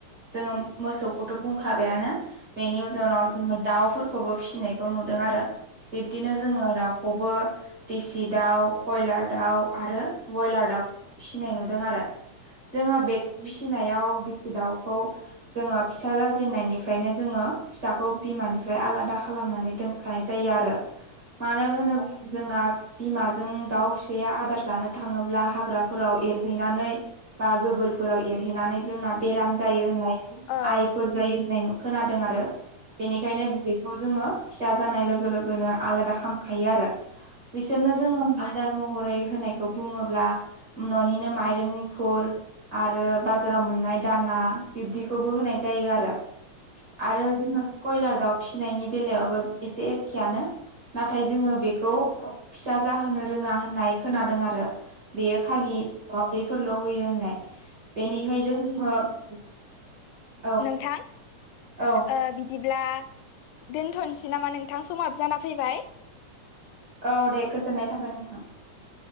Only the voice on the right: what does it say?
जोङो मोसौखौथ' बुंखाबायानो। बेनि उजनाव जोङो दाउफोरखौबो फिसिनायखौ नुदों आरो बिब्दिनो जोङो दाउ बबो देसि दाउ कयलार दाउ आरो ब्रयलार दाउ फिसिनाय नुदों आरो जोङो बेखौ फिसिनायाव देसि दाउखौ जोङो फिसा जाजेननायनिफ्रायनो जोङो फिसाखौ बिमानिफ्राय आलादा खालामनानै दोनखानाय जायो आरो। मानो होनोब्ला जोंना बिमाजों दाउ फिसाया आदार थाङोब्ला हाग्राफोराव एरहैनानै बा गोबोरफोराव एनानै जोंना बेराम जायो होननाय
आइफोर जायो होननाय खोनादों आरो। बेनिखायनो बिदिखौ जोङो फिसा जानाय लोगो लोगोनो आलादा खामखायो आरो। बिसोरनो जोङो आदार महरै होनायखौ बुङोब्ला न'निनो माइरं एंखुर आरो बाजाराव मोननाय दाना बिब्दिखौबो होनाय जायो आरो। आरो जोङो कयलार दाउ फिसिनायनि बेलायावबो एसे एखेआनो। नाथाय जोङो बेखौ फिसा जाहोनो रोङा होननाय खोनादों आरो। बेयो खालि दावउदैफोरल' होयो होननाय बेनिफ्रायनो जोङो <inaudible>
औ
औ दे गोजोननाय थाबाय नोंथां।